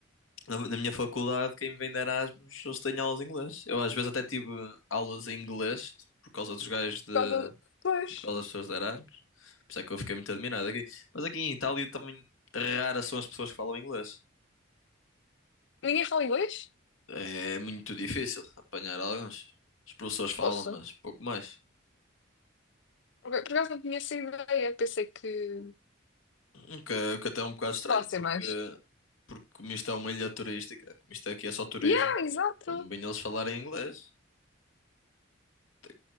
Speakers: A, on the left; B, on the left.
A: na na minha faculdade, quem vem de Erasmus, eles têm aulas de inglês. Eu às vezes até tive aulas em inglês por causa dos gajos de.
B: Por causa... Pois.
A: por causa das pessoas de Erasmus. Por isso é que eu fiquei muito admirado aqui. Mas aqui em Itália também raras são as pessoas que falam inglês.
B: Ninguém fala inglês?
A: É muito difícil apanhar alguns. Os professores falam,
B: Poxa.
A: mas pouco mais.
B: Ok, por acaso não tinha essa ideia. Pensei que
A: O que, o que até é um bocado estranho,
B: falassem
A: porque,
B: mais.
A: porque como isto é uma ilha turística, como isto aqui é só turismo,
B: Yeah, exato.
A: como bem eles falarem inglês. tem,